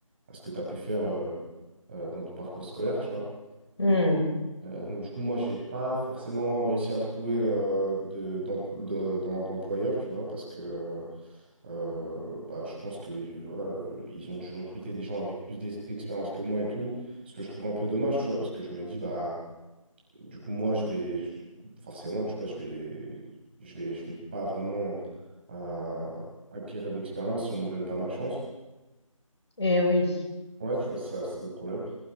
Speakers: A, on the right (about 20°); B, on the left (about 55°).
A: à ce que tu as pu faire euh, euh, dans ton parcours scolaire, tu vois.
B: mhm.
A: Euh, donc, du coup, moi, j'ai pas forcément réussi à trouver euh, de, d'em- de- d'em- d'employeur, tu vois, parce que... euh, euh, bah, je pense que voilà, ils ont dû recruter des gens avec plus d'ex- d'expérience que moi et tout, ce que je trouve un peu dommage, tu vois, parce que je me dis, bah, du coup, moi, je vais je- forcément, tu vois, je vais, je vais, je vais pas vraiment euh, acquérir d'expérience si on me donne pas ma chance.
B: Eh oui.
A: Ouais, tu vois, ça, c'est le problème.